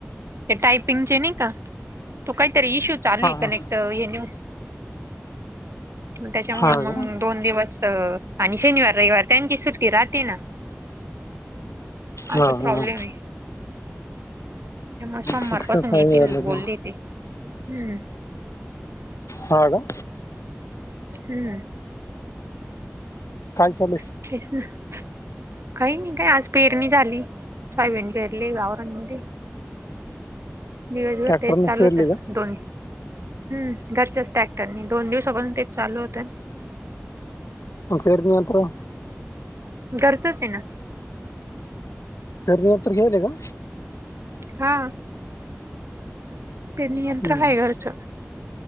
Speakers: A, on the right; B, on the left.
A: ते टायपिंगचे नाही का तू काहीतरी इश्यू चालू
B: हा
A: आहे
B: हा
A: कनेक्ट हे न्यूज मग त्याच्यामुळ
B: हा का
A: मगं. दोन दिवस आणि, शनिवार रविवार त्यांची सुट्टी राहते ना.
B: हा
A: असं
B: हा
A: प्रॉब्लेम आहे. ते म सोमवार
B: फक्त
A: पासून
B: काय
A: येतील
B: झालं
A: बोलले ते हम्म.
B: हा का?
A: हम्म.
B: काय चालुये?
A: <unintelligible> काही नाही काय आज पेरणी झाली, सोयाबीन पेरली वावराणमध्ये. दिवसभर
B: ट्रॅक्टरनेच
A: ते चालू
B: पेरली
A: होत
B: का
A: दोन. हम्म घरच्याच ट्रॅक्टरनी दोन दिवसापासून तेच चालू होत ना.
B: म पेरन आत्र
A: घरचंच आहे ना,
B: ते धर उत्तर घेऊ दे का?
A: हां. पेरणी यंत्र
B: हम्म
A: आहे घरचं.